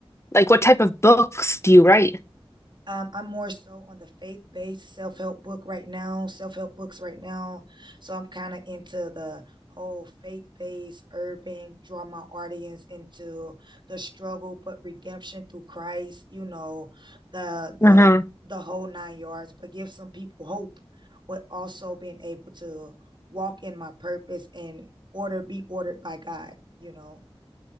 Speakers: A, on the left; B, on the right.
A: like what type of books do you write?
B: Um, I'm more so on the faith based self help book right now, self help books right now. So I'm kind of into the whole faith based urban, draw my audience into the struggle but redemption through Christ. You know, the
A: Uh-huh.
B: the the whole nine yards, but give some people hope, but also being able to walk in my purpose and order be ordered by God. You know.